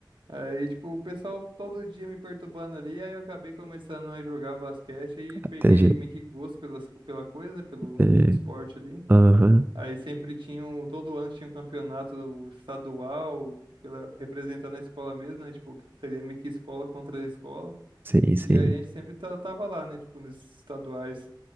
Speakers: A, on the right; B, on the right.
A: Aí, tipo, o pessoal todo dia me perturbando ali, aí eu acabei começando a jogar basquete e
B: Entendi,
A: peguei meio que gosto pelas, pela coisa, né, pelo
B: entendi.
A: esporte ali.
B: Aham,
A: Aí sempre tinha, um- todo ano tinha um campeonato estadual, pela, representando a escola mesmo, né? Tipo, que seria meio que escola contra a escola.
B: sim, sim.
A: E a gente sempre ta- tava lá, né? Tipo, nesses estaduais.